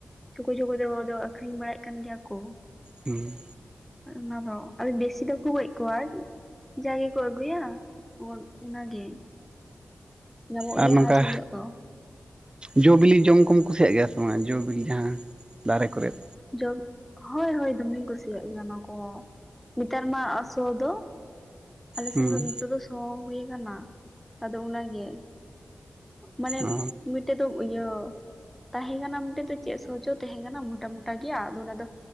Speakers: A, in the centre; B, on the right.
A: ᱪᱩᱠᱩ ᱪᱩᱠᱩ ᱫᱚ ᱫᱚ ᱟᱠᱷᱨᱤᱧ ᱵᱟᱲᱟᱭᱮᱫ ᱠᱟᱱ ᱜᱮᱭᱟ ᱠᱚ᱾
B: ᱦᱮᱸ
A: ᱚᱱᱟ ᱫᱚ ᱵᱮᱥᱤ ᱫᱚᱠᱚ ᱜᱚᱡ ᱠᱚᱣᱟ ᱡᱟᱭ ᱜᱮᱠᱚ ᱟᱹᱜᱩᱭᱟ ᱚᱱᱟᱜᱮ᱾ ᱧᱟᱢᱚᱜ
B: ᱟᱨ
A: ᱜᱮᱭᱟ
B: ᱱᱚᱝᱠᱟ
A: ᱦᱟᱴ ᱦᱤᱞᱳᱜ ᱫᱚ
B: ᱡᱚ ᱵᱤᱞᱤ ᱡᱚᱢ ᱠᱚᱢ ᱠᱩᱥᱤᱭᱟᱜ ᱜᱮᱭᱟ ᱥᱮ ᱵᱟᱝ? ᱡᱚᱼᱵᱤᱞᱤ ᱡᱟᱦᱟᱸ ᱫᱟᱨᱮ ᱠᱚᱨᱮᱜ
A: ᱡᱚᱢ ᱦᱳᱭ ᱦᱳᱭ ᱫᱚᱢᱮᱧ ᱠᱩᱥᱤᱭᱟᱜ ᱜᱮᱭᱟ ᱚᱱᱟ ᱠᱚᱦᱚᱸ, ᱱᱮᱛᱟᱨ ᱢᱟ ᱛᱚ ᱫᱚ, ᱟᱞᱮ ᱥᱮᱱ
B: ᱦᱩᱸ
A: ᱫᱚ ᱱᱤᱛᱚᱜ ᱫᱚ, ᱚ ᱦᱩᱭ ᱟᱠᱟᱱᱟ ᱟᱫᱚ ᱚᱱᱟᱜᱮ, ᱢᱟᱱᱮ
B: ᱚ
A: ᱢᱤᱫᱴᱮᱡ ᱫᱚ ᱤᱭᱟᱹ ᱛᱟᱦᱮᱸ ᱠᱟᱱᱟ ᱢᱤᱫᱴᱮᱡ ᱫᱚ ᱪᱮᱫ ᱥᱚᱡᱚ ᱛᱟᱦᱮᱸ ᱠᱟᱱᱟ ᱢᱚᱴᱟᱢᱚᱴᱤ ᱴᱟᱜ ᱜᱮᱭᱟ ᱟᱫᱚ ᱚᱱᱟ ᱫᱚ